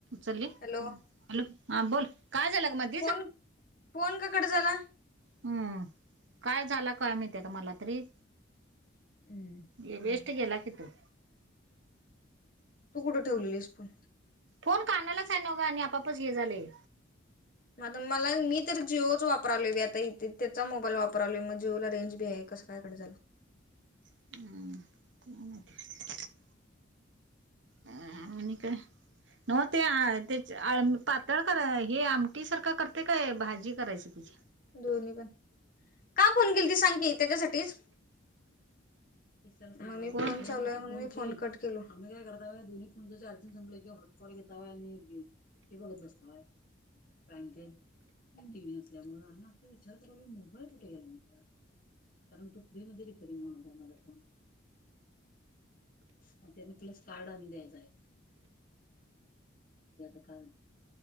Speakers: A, on the right; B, on the left.
A: चलली....
B: hello
A: hello,, हा बोल, काय झालं ग मध्ये.....
B: फोन, फोन का कट झाला?
A: हम्म, काय झाला काय माहीती आता मला तरी....
B: हम्म.
A: ये वेस्ट गेला की तो......
B: तू कुठं ठेवलेलीस पण?
A: फोन कानालाच हाय नव्ह आणि आपोआपच हे झालंय....
B: म आता मला मी तर जिओच वापरावलोय बाई आता इथ, त्याचा मोबाईल वापरायलोय, मग जिओला रेंज बी हाय.... कसं काय कट झालं?
A: <inaudible> आणि काय? नवं ते आ त्याचं आळ पातळ कराय हे आमटी सारखं कर.... ते काय भाजी करायची त्याची...
B: दोनी पण, का फोन केलती सांग की त्याच्यासाठीच मग मी
A: कोण
B: फोन चालू आहे म्हणून मी फोन कट चल आम्ही काय करताव दुनी फोनचं चार्जिंग संपल की हॉटपॉट घेताव आणि हे बघत बसलोय प्राईम टाईम, टी. वी. नसल्यामुळ मी आता विचार करालोय मोबाईल कुठं गेला म्हणून, कारणं तु फ्री मध्ये रिपेरिंग होणार हाय माझा फोन म त्यांना तेच कार्ड आणून द्यायचय कार्ड